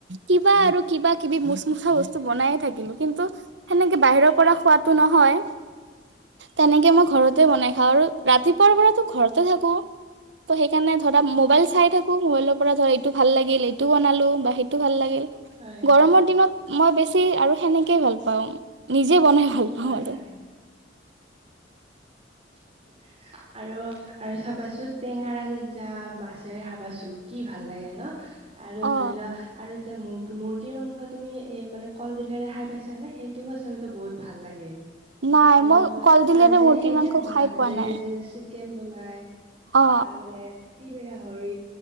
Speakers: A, on the right; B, on the right.
A: কিবা আৰু কিবা কিবি মোচমোচা বস্তু বনাইে থাকিলোঁ, কিন্তু সেনেকে বাহিৰৰ পৰা খোৱাতো নহয়। তেনেকে মই ঘৰতে বনাই খাঁও আৰু ৰাতিপুৱাৰ পৰাতো ঘৰতে থাকোঁ। ত' সেইকাৰণে ধৰা মোবাইল চাই থাকোঁ, মোবাইলৰ পৰা ধৰা এইটো ভাল লাগিল এইটো বনালো বা সেইটো ভাল লাগিল।
B: হয়
A: গৰমৰ
B: হয়
A: দিনত মই বেছি আৰু সেনেকেই ভাল পাওঁ, নিজে বনাই ভাল
B: হয়
A: পাওঁ আৰু।
B: হয় <unintelligible> আৰু-আৰু চাবাচোন টেঙাৰ আঞ্জা মাছেৰে হাবাচোন, কি ভাল লাগে ন? আৰু
A: অ
B: ধৰি লৱা আৰু যে মূৰ্গ মুৰ্গী মাংস তুমি এ এই মানে কলডিলেৰে খাই পাইছানে? সেইটোও আচলতে বহুত ভাল লাগে।
A: নাই
B: আৰু-আৰু
A: মই কলডিলেৰে
B: যে
A: মুৰ্গীৰ
B: সেই
A: মাংস
B: যে বাঁহগাজেৰে
A: খাই পোৱা নাই
B: যে চিকেন বনাই
A: অ
B: বা মানে তিল গাহৰি